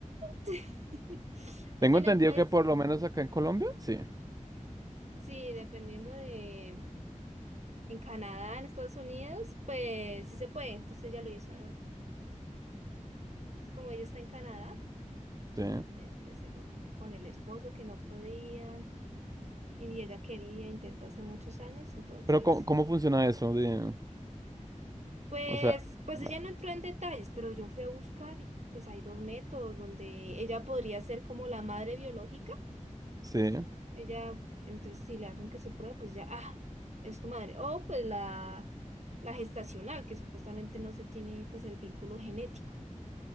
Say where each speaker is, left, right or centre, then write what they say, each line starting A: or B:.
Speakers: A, on the right; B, on the right.
A: sí. <laughs> Pues
B: Tengo
A: en
B: entendido
A: el país,
B: que por
A: es-
B: lo menos acá en Colombia, sí.
A: sí, dependiendo de, en Canadá, en Estados Unidos, pues sí se puede, entonces ella lo hizo, ¿no? Es Como ella está en Canadá,
B: Sí.
A: pues, pues se lo, con el esposo que no podían. y ella quería, intentó hace muchos años, entonces,
B: Pero ¿cómo, cómo funciona eso? De,
A: pues,
B: o sea,
A: pues
B: no,
A: ella no entró en detalles, pero yo fui a buscar y pues hay dos métodos donde ella podría ser como la madre biológica,
B: sí.
A: ella, entonces si le hacen que su prueba, pues ya, ah, es tu madre, o pues la, la gestacional, que supuestamente no se tiene pues el vínculo genético.